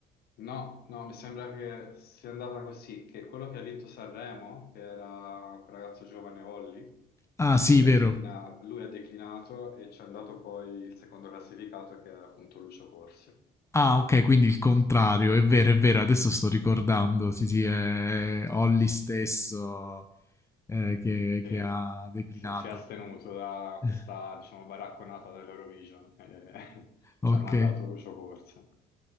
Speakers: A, on the left (about 70°); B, on the left (about 15°).
A: No, no, mi sembra che sia andata così, che quello che ha vinto Sanremo, che era quel ragazzo giovane Olli,
B: Ah, sì,
A: lui
B: vero.
A: ha declina- lui ha declinato e ci è andato poi il secondo classificato che era appunto Lucio Corsi.
B: Ah, ok, quindi il contrario, è vero, è vero, adesso sto ricordando. Sì, sì, è Olli stesso eh, che
A: Sì,
B: che ha declinato.
A: si, si è astenuto da
B: <laughs>
A: questa, diciamo, baracconata dell'Eurovision e
B: Ok,
A: <laughs> ci ha mandato Lucio Corsi.